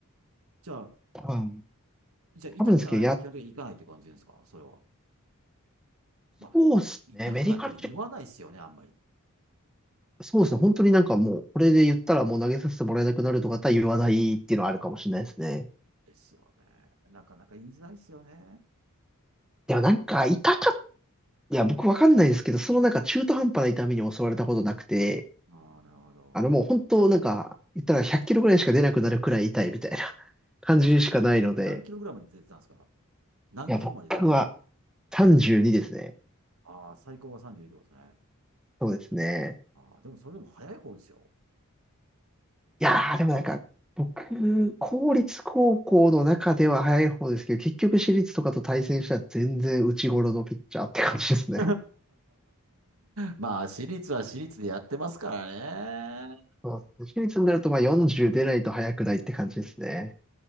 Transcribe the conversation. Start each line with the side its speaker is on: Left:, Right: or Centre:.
Right: じゃあ、
Centre: 多分、
Right: じゃあ痛くならないと基本的に行かないって感じですかそれは。
Centre: 多分ですけど、や、
Right: まあ、
Centre: そうっすね。
Right: 痛くなっても言わないですよね、
Centre: メディカルチェッ
Right: あんまり。
Centre: ク、そうですね。本当になんかもう、これで言ったらもう投げさせてもらえなくなるとかだったら言わないっていうのはあるかもしれないですね。
Right: ですよね。なかなか言いづらいですよね。
Centre: でもなんか、痛かっいや、僕わかんないですけど、そのなんか中途半端な痛みに襲われたことなくて、
Right: ああ、なるほど。
Centre: あのもう本当なんか、言ったら100キロぐらいしか出なくなるくらい痛いみたいな <laughs> 感じしかないので、
Right: ちなみに何キロぐらいまで出てたんですか何キロまで出て。
Centre: いや、僕は32ですね。
Right: ああ、最高が32キロですね。
Centre: そうですね。
Right: ああ、でもそれでも早い方ですよ。
Centre: いやー、でもなんか、僕、公立高校の中では早い方ですけど、結局私立とかと対戦したら全然内頃のピッチャーって感じですね。
Right: <laughs> まあ、私立は私立でやってますからね。
Centre: そうですね私立になるとまあ40出ないと早くないって感じですね。